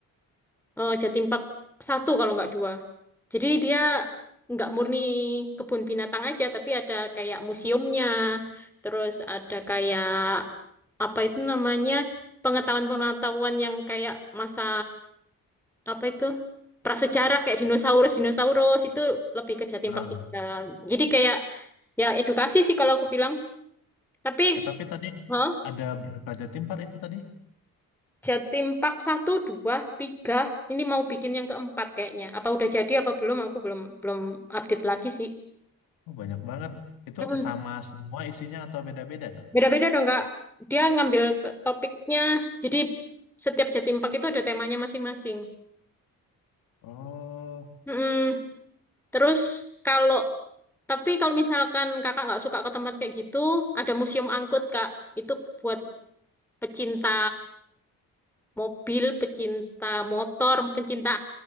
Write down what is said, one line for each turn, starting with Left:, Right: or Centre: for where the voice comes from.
Centre: eh, Jatim Park satu kalau nggak dua. Jadi dia nggak murni kebun binatang aja, tapi ada kayak museumnya, terus ada kayak apa itu namanya pengetahuan-pengetahuan yang kayak masa apa itu prasejarah kayak dinosaurus dinosaurus itu lebih ke Jatim
Left: Nah,
Centre: Park tiga. Jadi kayak ya edukasi sih kalau aku bilang. Tapi,
Left: ya, tapi tadi
Centre: hah?
Left: ada berapa Jatim Park itu tadi?
Centre: Jatim Park satu dua tiga Ini mau bikin yang keempat kayaknya. Apa udah jadi apa belum? Aku belum belum update lagi sih.
Left: Oh, banyak banget. Itu
Centre: Mm-mm.
Left: sama semua isinya atau beda-beda tuh?
Centre: Beda-beda dong, Kak. Dia ngambil t- topiknya. Jadi setiap Jatim Park itu ada temanya masing-masing.
Left: Oh.
Centre: Mm-mm. Terus kalau tapi kalau misalkan kakak nggak suka ke tempat kayak gitu, ada museum angkut, Kak. Itu buat pecinta mobil, pecinta motor, pecinta